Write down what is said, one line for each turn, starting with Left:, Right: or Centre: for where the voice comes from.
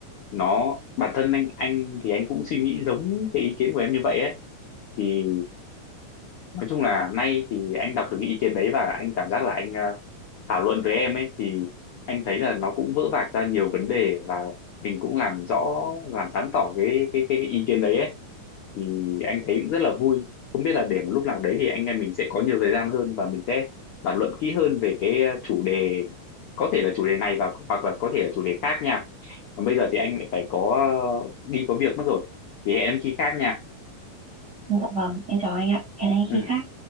Left: nó bản thân anh anh thì anh cũng suy nghĩ giống cái ý kiến của em như vậy ấy thì nói chung là nay thì anh đọc được cái ý kiến đấy và anh cảm giác là anh ờ, thảo luận với em ấy thì anh thấy là nó cũng vỡ vạc ra nhiều vấn đề và mình cũng làm rõ làm sáng tỏ cái cái cái, cái ý kiến đấy ấy thì anh thấy cũng rất là vui không biết là để một lúc nào đấy thì anh em mình sẽ có nhiều thời gian hơn và mình sẽ bàn luận kỹ hơn về cái ờ, chủ đề có thể là chủ đề này và hoặc là có thể là chủ đề khác nha còn bây giờ thì anh lại phải có đi có việc mất rồi thì hẹn em khi khác nha
Right: Dạ vâng em chào anh ạ hẹn anh
Left: ừ
Right: khi khác